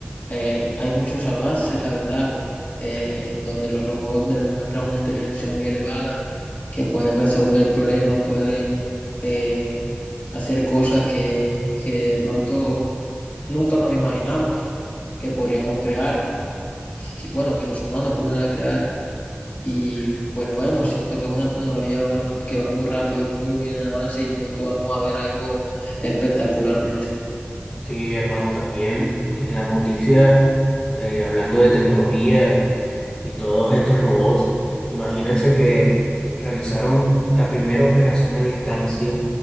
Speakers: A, on the left; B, on the left.
A: eh, hay muchos avances, la verdad, eh, donde los robots demuestran una inteligencia muy elevada, que pueden resolver problemas, pueden eh, hacer cosas que, que de pronto nunca nos imaginamos que podríamos crear que- bueno, que los humanos pudieran crear. Y pues bueno, siento que es una tecnología va- que va muy rápido, muy bien en avance y pronto vamos a ver algo espectacularmente.
B: Sí, hermano, también en las noticias, eh, hablando de tecnología y, y todos estos robots, imagínense que realizaron la primera operación a distancia